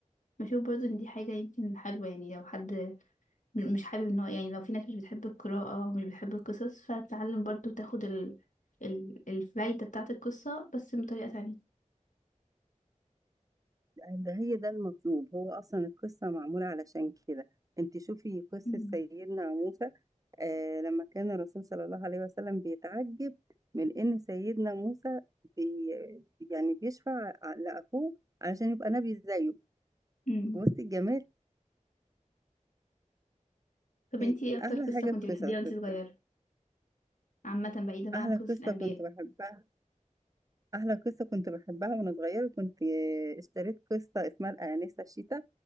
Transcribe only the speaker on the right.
ده هي ده المطلوب هو اصلا القصه معموله علشان كده انت شوفي قصه
سيدنا موسى آه لما كان الرسول صلى الله عليه وسلم بيتعجب من ان سيدنا موسى بي يعني بيشفع ع- لاخوه علشان يبقى نبي زيه
بصي الجمال
إيه
احلى
حاجه
في
قصص
الك-
احلى
قصه
كنت بحبها احلى قصه كنت بحبها وانا صغيره كنت آه، اشتريت قصه اسمها الانسه الشيتا